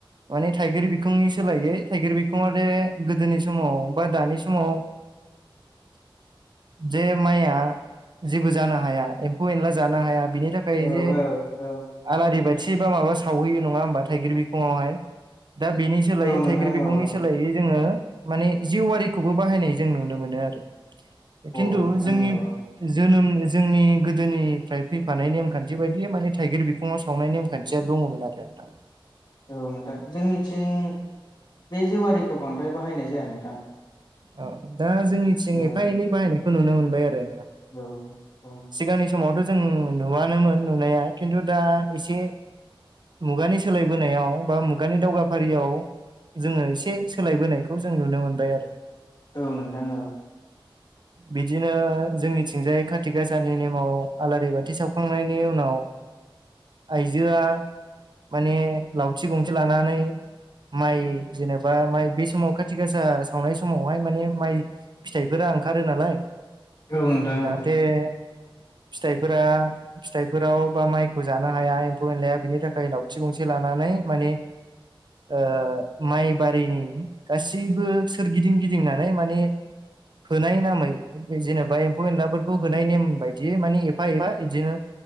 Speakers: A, on the right; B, on the left.
A: माने थाइगिर बिखुंनि सोलायै थाइगिर बिखङा जे गोदोनि समाव बा दानि समाव लांदां जे माइया जेबो जानो हाया एम्फौ एनला जानो हाया बिनि थाखाय
B: औ
A: जे
B: औ औ
A: आलारि बाथि बा माबा सावहैयो नङा होनबा थाइगिर बेखौ फुङावहाय दा बिनि सोलायै
B: औ नोंथां
A: थाइगिर बिगंनि
B: औ औ
A: सोलाय लायय जोङो माने जिवारिखौबो बाहायनाय जों नुनो मोनो आरो खिन्थु
B: अ नोंथां
A: जोंनि
B: औ औ
A: जोनोम जोंनि गोदोनिफ्राय फैफानाय नेमखान्थि बायदि माने थाइगिर बि फुङाव सावनाय नेमखान्थिया दङमोन आरो नोंथां
B: औ नोंथां जोंनिथिं बे जेवारिखौ बांद्राय बाहायनाय जाया नोंथां
A: औ दा जोंनिथिं
B: औ
A: एफा एनै बाहायनायखौ नुनो मोनबाय आरो
B: औ औ
A: सिगांनि समावथ' जों नुवानोमोन नुनाया खिन्थु दा एसे मुगानि सोलायबोनायाव बा मुगानि दावगाफारियाव जोङो एसे सोलायबोनायखौ जों नुनो मोनबाय आरो
B: औ नोंथां औ
A: बिदिनो जोंनिथिंजाय खाथि खाथि गासानि नेमाव आलारि बाथि सावखांनायनि उनाव आइजोआ माने लावथि गंसे लानानै माइ जेनेबा माइ बे समाव खाथि गासा सावनाय समावहाय माने माइ फिथाइफोरा ओंखारो नालाय
B: औ नोंथां औ
A: बेे फिथाइफोरा फिथाइफोराव बा माइखौ जानो हाया एम्फौ एनलाया बिनि थाखाय लावथि गंसे लानानै मानि ओ माइबारिनि गासैबो सोरगिदिं गिदिंनानै माने होनाय नामै जेनेबा एम्फौ एनलाफोरखौ खौ होनाय नेम बायदियै माने एफा एफा बिदिनो